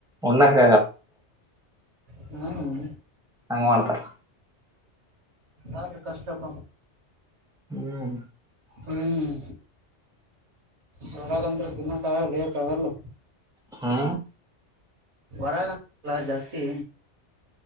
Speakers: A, in the centre; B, on the right.
A: ಒನ್ನಾಗ
B: ಹ್ಮ್
A: ಹಂಗ್ ಮಾಡ್ತಾರ
B: ಎಲ್ಲಾದ್ರ ಕಷ್ಟಪ
A: ಹ್ಮ್
B: ಹ್ಮ್ ಹೊರಾಗಂತ ತಿನ್ನ ಕಾಗಲ್ಲ ಹ ಕಾವಲ್ಲ
A: ಹಾ
B: ವರ ಜಾಸ್ತಿ